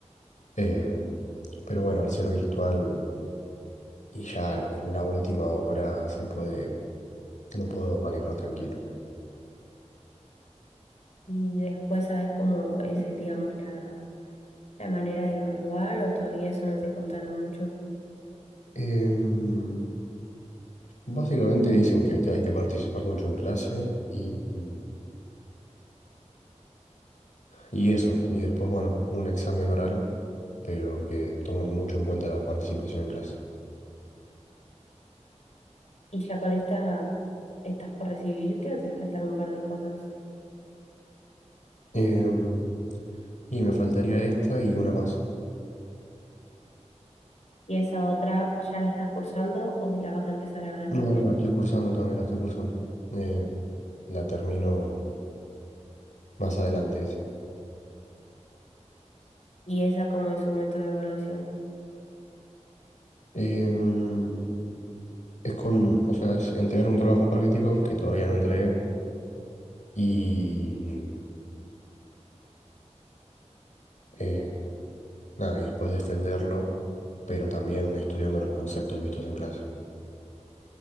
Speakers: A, on the left; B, on the left.
A: Em, pero bueno, al ser virtual y ya en la última hora se puede, lo puedo manejar tranquilo.
B: Y después sabes cómo es, el, digamos, la, la manera de evaluar o todavía eso no te contaron mucho.
A: Em, básicamente dicen que te- hay que participar mucho en clase y, y eso. Y después, bueno, un examen oral, pero que toman mucho en cuenta la participación en clase.
B: Y ya con esta estás por recibirte o te faltan un par de cosas.
A: Em, y me faltaría esta y una más.
B: Y esa otra, ¿ya la estás cursando o la vas a empezar ahora también?
A: No, no, la estoy cursando también, la estoy cursando. Em, la termino más adelante esa.
B: Y esa como es su método de evaluación.
A: Em, es con, o sea, es entregar un trabajo práctico que todavía no entregué y... eh, Nada, y después defenderlo, pero también estudiando los conceptos vistos en clase.